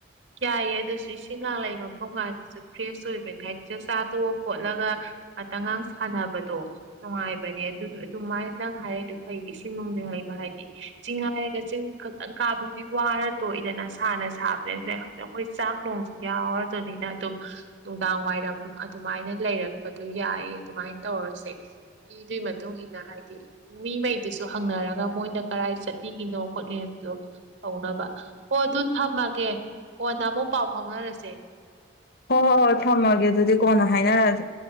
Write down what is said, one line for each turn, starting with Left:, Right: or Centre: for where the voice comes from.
Right: ꯌꯥꯏꯌꯦ ꯑꯗꯨꯁꯨ ꯏꯁꯤꯡꯒꯥꯡ ꯂꯩꯕ ꯃꯐꯝꯒ ꯑꯗꯨꯁꯨ ꯐ꯭ꯔꯦꯁ ꯑꯣꯏꯕꯅꯤ ꯍꯥꯏꯗꯤ ꯆꯥꯛꯆꯥ ꯇꯣꯛꯑ ꯈꯣꯠꯂꯒ ꯉꯥꯛꯇꯒꯥꯡ ꯁꯥꯟꯅꯕꯗꯣ ꯅꯨꯡꯉꯥꯏꯕꯅꯦ ꯑꯗꯨ ꯑꯗꯨꯃꯥꯏꯅ ꯅꯪ ꯍꯥꯏꯔꯤꯗꯣ ꯐꯩ ꯏꯁꯤꯡ ꯅꯨꯡꯁꯤ ꯂꯩꯕ ꯍꯥꯏꯗꯤ ꯆꯤꯡ ꯍꯥꯏꯔꯒ ꯆꯤꯡ ꯈꯛꯇꯪ ꯀꯥꯕꯗꯨꯗꯤ ꯋꯥꯔ ꯇꯣꯛꯏꯗꯅ ꯁꯥꯥꯅ ꯁꯥꯕꯅꯦ ꯑꯗꯨꯅ ꯑꯗ ꯑꯩꯈꯣꯏ ꯆꯥꯛ ꯅꯨꯡꯁꯨ ꯌꯥꯎꯔꯗꯨꯏꯅꯤꯅꯥ ꯑꯗꯨꯝ ꯅꯨꯡꯗꯥꯡ ꯋꯥꯏꯔꯝ ꯑꯗꯨꯃꯥꯏꯅ ꯂꯩꯔꯛꯄꯗꯣ ꯌꯥꯏ ꯑꯗꯨꯃꯥꯏ ꯇꯧꯔꯁꯦ ꯃꯤꯗꯨꯒꯤ ꯃꯇꯨꯡ ꯏꯟꯅ ꯍꯥꯏꯗꯤ ꯃꯤꯉꯩꯗꯨꯁꯨ ꯍꯪꯅꯔꯒ ꯃꯣꯏꯅ ꯀꯔꯥꯏ ꯆꯠꯅꯤꯡꯉꯤꯅꯣ ꯈꯣꯠꯂꯤꯅꯣꯗꯣ ꯇꯧꯅꯕ ꯍꯣ ꯑꯗꯨ ꯊꯝꯃꯒꯦ ꯀꯣꯟꯅ ꯑꯃꯨꯛ ꯄꯥꯎ ꯐꯥꯎꯅꯔꯁꯦ
Left: ꯍꯣꯏ ꯍꯣꯏ ꯍꯣꯏ ꯊꯝꯃꯒꯦ ꯑꯗꯨꯗꯤ ꯀꯣꯟꯅ ꯍꯥꯏꯅꯔꯁꯦ